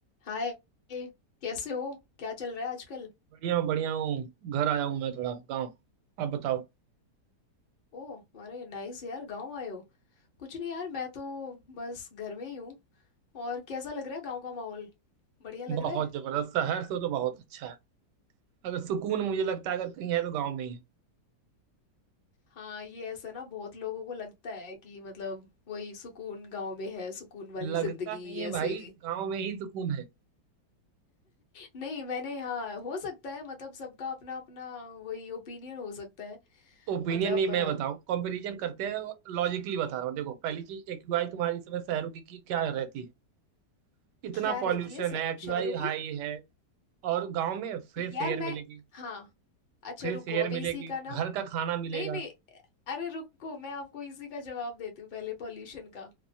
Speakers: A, on the left; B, on the right.
A: हाय कैसे हो क्या चल रहा है आजकल
B: बढ़िया हूँ बढ़िया हूँ घर आया हूँ मैं थोड़ा गाँव आप बताओ
A: ओ अरे नाइस यार गांव आए हो कुछ नहीं यार मैं तो बस घर में ही हूँ और कैसा लग रहा है गांव का माहौल बढ़िया लग
B: बहुत
A: रहा है
B: जबरदस्त शहर से तो बहुत अच्छा है अगर सुकून मुझे लगता है अगर कहीं है तो गाँव में ही है
A: हाँ ये ऐसा ना बहुत लोगों को लगता है कि मतलब वही सुकून गांव में है सुकून वाली
B: लगता
A: जिंदगी
B: नहीं है
A: ऐसे
B: भाई गाँव में ही सुकून है
A: नहीं मैंने हाँ हो सकता है मतलब सबका अपना अपना वही ओपिनियन हो सकता है
B: ओपिनियन
A: मतलब
B: नहीं
A: अ,
B: मैं बताऊँ कंपैरिजन करते हैं लॉजिकली बता रहा हूँ देखो पहली चीज एक्यूआई तुम्हारी इस समय शहरों की की क्या रहती है इतना
A: क्या
B: पॉल्यूशन
A: रहती है शह-
B: है एक्यूआई
A: शहरों की
B: हाई है और गाँव में फ्रेश
A: यार
B: एयर
A: मैं
B: मिलेगी
A: हाँ अच्छा
B: फ्रेश
A: रुको
B: एयर
A: अभी
B: मिलेगी
A: इसी का ना
B: घर का खाना मिलेगा
A: नहीं नहीं अरे रुको मैं आपको इसी का जवाब देती हूँ पहले पॉल्यूशन का